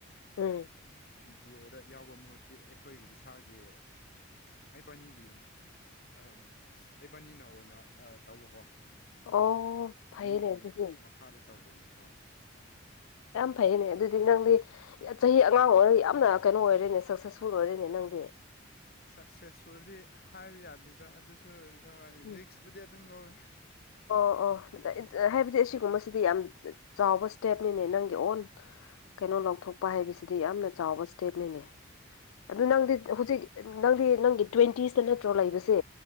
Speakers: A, on the left (about 80°); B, on the left (about 45°).
A: ꯎꯝ
B: ꯕꯤ ꯄꯤ ꯑꯣꯗ ꯌꯥꯎꯕ ꯃꯍꯨꯠꯇꯤ ꯑꯩꯈꯣꯏꯒꯤ ꯏꯁꯥꯒꯤ ꯏꯕꯥꯅꯤꯒꯤ ꯑꯩꯕꯥꯅꯤꯅ ꯑꯣꯏꯅ ꯇꯧꯕꯀꯣ
A: ꯑꯣ ꯐꯩꯌꯦꯅꯦ
B: ꯃꯤꯒꯤ
A: ꯑꯗꯨꯗꯤ
B: ꯃꯈꯥꯗ ꯇꯧꯗꯣꯏꯗꯣ ꯍꯣꯏ
A: ꯐꯩꯅꯦ ꯑꯗꯨꯗꯤ ꯅꯪꯗꯤ ꯆꯍꯤ ꯑꯉꯥꯡ ꯑꯣꯏꯔꯒ ꯌꯥꯝꯅ ꯀꯩꯅꯣ ꯑꯣꯏꯔꯦꯅꯦ ꯁꯛꯁꯦꯁꯐꯨꯜ ꯑꯣꯏꯔꯦꯅꯦ ꯅꯪꯗꯤ
B: ꯁꯛꯁꯦꯁ ꯐꯗꯤ ꯍꯥꯏꯕ ꯌꯥꯗꯗ ꯑꯗꯨꯁꯨ
A: ꯎꯝ
B: ꯔꯤꯛꯁꯄꯨꯗꯤ ꯑꯗꯨꯝ ꯂꯧꯋꯦ
A: ꯑꯣ ꯑꯣ ꯍꯥꯏꯕꯗꯤ ꯑꯁꯤꯒꯨꯝꯕꯁꯤꯗꯤ ꯌꯥꯝ ꯆꯥꯎꯕ ꯏꯁꯇꯦꯞꯅꯤꯅꯦ ꯅꯪꯒꯤ ꯑꯣꯟ ꯀꯩꯅꯣ ꯂꯧꯊꯣꯛꯄ ꯍꯥꯏꯕꯁꯤꯗꯤ ꯌꯥꯝꯅ ꯆꯥꯎꯕ ꯏꯁꯇꯦꯞꯅꯤꯅꯦ ꯑꯗꯨ ꯅꯪꯗꯤ ꯍꯧꯖꯤꯛ ꯅꯪꯗꯤ ꯅꯪꯒꯤ ꯇ꯭ꯋꯦꯟꯇꯤꯁꯇ ꯅꯠꯇ꯭ꯔꯣ ꯂꯩꯕꯁꯦ